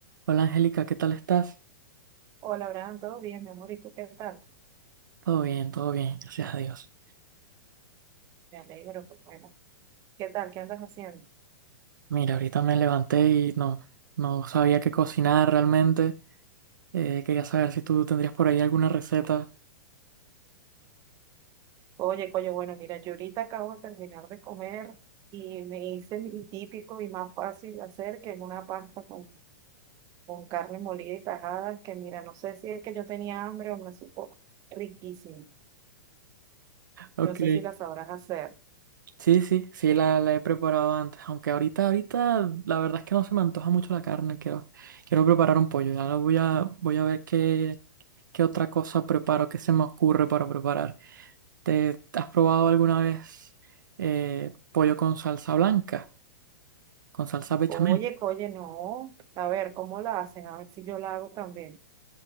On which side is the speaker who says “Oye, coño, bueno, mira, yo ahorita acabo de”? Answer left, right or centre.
Right